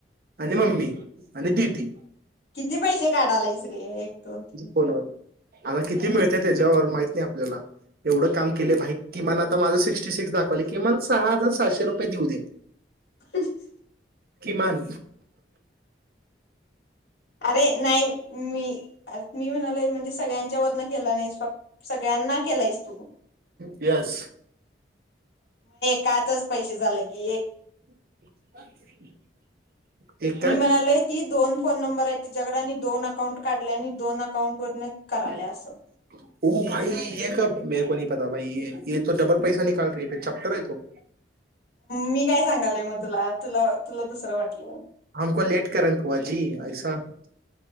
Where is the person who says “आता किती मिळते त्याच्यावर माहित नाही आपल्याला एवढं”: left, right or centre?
Right